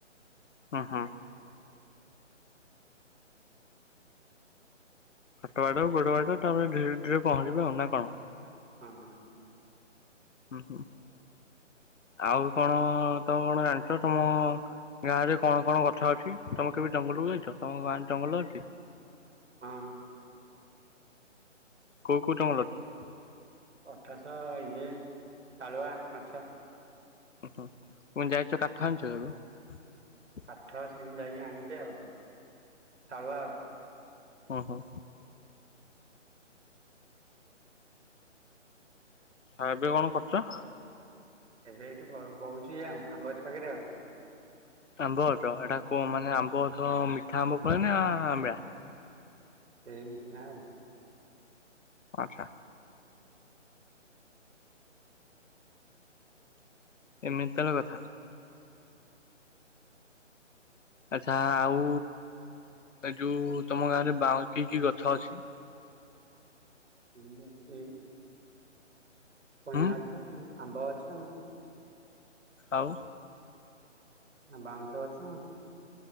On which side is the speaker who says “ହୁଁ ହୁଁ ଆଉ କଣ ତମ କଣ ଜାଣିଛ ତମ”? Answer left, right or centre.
Left